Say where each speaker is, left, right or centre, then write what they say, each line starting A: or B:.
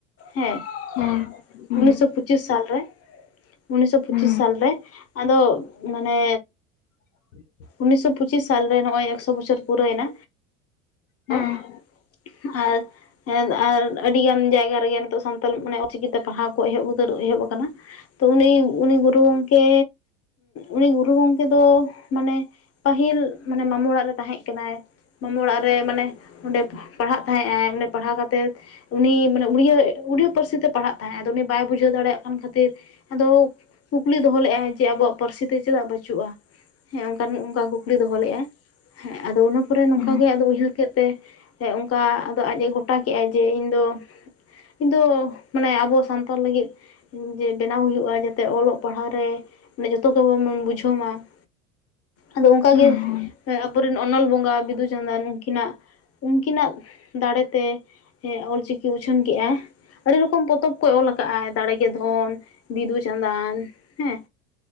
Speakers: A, on the left (about 35°); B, on the left (about 75°).
A: ᱦᱮᱸ
B: ᱦᱮᱸ
A: ᱾
B: ᱦᱩᱸ
A: ᱩᱱᱤᱥᱚ ᱯᱩᱪᱤᱥ ᱥᱟᱞ ᱨᱮ, ᱩᱱᱤᱥᱚ ᱯᱩᱪᱤᱥ
B: ᱦᱩᱸ
A: ᱥᱟᱞ ᱨᱮ ᱟᱫᱚ ᱢᱟᱱᱮ
B: <inaudible>
A: ᱩᱱᱤᱥᱚ ᱯᱚᱸᱪᱤᱥ ᱥᱟᱞ ᱨᱮ ᱱᱚᱜᱼᱚᱭ ᱮᱠᱥᱚ ᱵᱚᱪᱷᱚᱨ ᱯᱩᱨᱟᱹᱭᱮᱱᱟ
B: ᱦᱮᱸ
A: ᱾
B: ᱦᱮᱸ
A: ᱟᱨ, ᱟᱨ ᱟᱹᱰᱤ ᱜᱟᱱ ᱡᱟᱭᱜᱟ ᱨᱮᱜᱮ ᱱᱤᱛᱚᱜ ᱥᱟᱱᱛᱟᱲ ᱠᱷᱚᱱᱟᱜ ᱚᱞ ᱪᱤᱠᱤ ᱛᱮ ᱯᱟᱲᱟᱣ ᱠᱚ ᱮᱦᱚᱵ ᱩᱛᱟᱹᱨ ᱮᱦᱚᱵ ᱟᱠᱟᱱᱟ ᱾ ᱛᱚ ᱩᱱᱤ, ᱩᱱᱤ ᱜᱩᱨᱩ ᱜᱚᱢᱠᱮ ᱩᱱᱤ ᱜᱩᱨᱩ ᱜᱚᱢᱠᱮ ᱫᱚ ᱢᱟᱱᱮ ᱯᱟᱹᱦᱤᱞ ᱢᱟᱱᱮ ᱢᱟᱢᱩ ᱚᱲᱟᱜ ᱨᱮ ᱛᱟᱦᱮᱸ ᱠᱟᱱᱟᱭ ᱴᱟᱴᱟ ᱚᱲᱟᱜ ᱨᱮ ᱢᱟᱱᱮ ᱚᱸᱰᱮ ᱯᱟᱲᱦᱟᱜ ᱛᱟᱦᱮᱸᱜ ᱟᱭ᱾ ᱚᱸᱰᱮ ᱯᱟᱲᱦᱟᱣ ᱠᱟᱛᱮᱫ ᱩᱱᱤ ᱢᱟᱱᱮ ᱩᱲᱤᱭᱟ ᱯᱟᱹᱨᱥᱤ ᱛᱮ ᱯᱟᱲᱦᱟᱜ ᱛᱟᱦᱮᱸᱜ, ᱟᱫᱚ ᱩᱱᱤ ᱵᱟᱭ ᱵᱩᱡᱷᱟᱹᱣ ᱫᱟᱲᱮᱭᱟᱜᱼᱟ᱾ ᱠᱷᱟᱹᱛᱤᱨ ᱟᱫᱚ ᱠᱩᱠᱞᱤ ᱫᱚᱦᱚ ᱞᱮᱫᱼᱟ ᱡᱮ ᱟᱵᱚᱣᱟᱜ ᱯᱟᱹᱨᱥᱤ ᱛᱮ ᱪᱮᱫᱟᱜ ᱵᱟᱹᱪᱩᱜᱼᱟ᱾ ᱦᱮᱸ ᱚᱱᱠᱟᱱ ᱚᱠᱟ ᱠᱩᱠᱞᱤ ᱫᱚᱦᱚ ᱞᱮᱫ ᱟᱭ ᱦᱮᱸ, ᱟᱫᱚ ᱚᱱᱟ ᱯᱚᱨᱮ ᱱᱚᱝ
B: ᱦᱩᱸ
A: ᱜᱮ ᱟᱫ ᱩᱭᱦᱟᱹᱨ ᱪᱤᱠᱟᱹᱜ ᱛᱮ ᱚᱱᱠᱟ ᱟᱫᱚ ᱟᱡᱮ ᱜᱚᱴᱟ ᱠᱮᱫᱟᱭ ᱡᱮ ᱤᱧ ᱫᱚ, ᱤᱧ ᱫᱚ ᱢᱟᱱᱮ ᱟᱵᱚ ᱥᱟᱱ ᱛᱟᱲ ᱞᱟᱹᱜᱤᱫ ᱡᱮ ᱵᱮᱱᱟᱣ ᱦᱩᱭᱩᱜᱼᱟ, ᱡᱟᱛᱮ ᱚᱞᱚᱜ ᱯᱟᱲᱦᱟᱜ ᱨᱮ ᱡᱚᱛᱚ ᱜᱮᱵᱚᱱ ᱵᱩᱡᱷᱟᱹᱣ ᱢᱟ ᱾ ᱟᱫᱚ ᱚᱱᱠᱟ
B: ᱦᱩᱸ
A: ᱜᱮ
B: ᱦᱩᱸ
A: ᱟᱵᱚᱨᱮᱱ ᱚᱱᱚᱞ ᱵᱚᱸᱜᱟ ᱵᱤᱫᱩᱼᱪᱟᱸᱫᱟᱱ, ᱩᱱᱠᱤᱱᱟᱜ ᱤᱱᱠᱤᱱᱟᱜ ᱫᱟᱲᱮ ᱛᱮ ᱚᱞ ᱪᱤᱠᱤ ᱩᱪᱷᱟᱹᱱ ᱠᱮᱫᱟᱭ᱾ ᱟᱹᱰᱤ ᱨᱚᱠᱚᱢ ᱯᱚᱛᱚᱵ ᱠᱚᱭ ᱚᱞ ᱟᱠᱟᱫ ᱟᱭ, ᱫᱟᱲᱮᱜᱮ ᱫᱷᱚ, ᱵᱤᱫᱩᱼᱪᱟᱸᱫᱟᱱ ᱦᱮᱸ